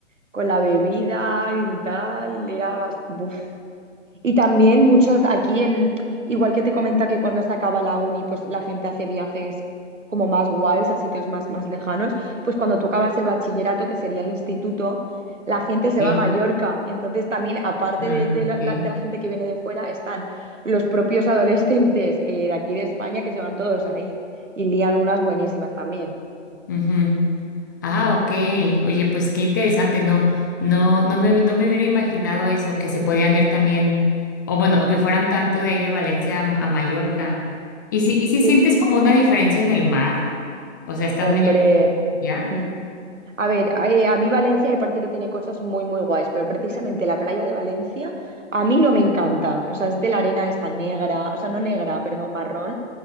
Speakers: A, on the right; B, on the left.
A: con la bebida y tal. Era bastante... Y también muchos aquí en, igual que te comenta que cuando se acaba la uni, pues la gente hace viajes como más guays a sitios más, más lejanos, pues cuando tú acabas el bachillerato, que sería el instituto, la gente se
B: Sí.
A: va a Mallorca. Entonces también, aparte
B: Ah,
A: de, de la, la-
B: ok.
A: de la gente que viene de fuera, están los propios adolescentes eh, de aquí de España que se van todos ahí y lían unas buenísimas también.
B: Ujú. Ah,
A: Así
B: ok.
A: que,
B: Oye, pues qué interesante, no, no, no me, no me hubiera imaginado eso, que se podían ir también, o bueno, o que fueran tanto de ahí de Valencia a, a Mallorca. ¿Y si, y si
A: Sí,
B: sientes como una diferencia en el mar? O sea, estando
A: hombre.
B: allá en Valencia, ¿ya?
A: Mm. A ver, a, eh, a mí Valencia me parece que tiene cosas muy, muy guays, pero precisamente la playa de Valencia a mí no me encanta. O sea, es de la arena esta negra, o sea, no negra, perdón, marrón,